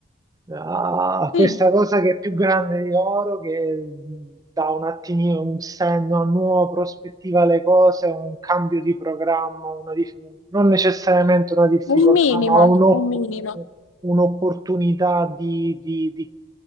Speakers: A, on the right; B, on the left.
A: a
B: sì,
A: questa cosa che è più grande di loro, che dà un attimino un senno, una nuova prospettiva alle cose, un cambio di programma, una dif- non necessariamente una difficoltà,
B: un minimo,
A: ma un'op-
B: un minimo.
A: un'opportunità di, di- di-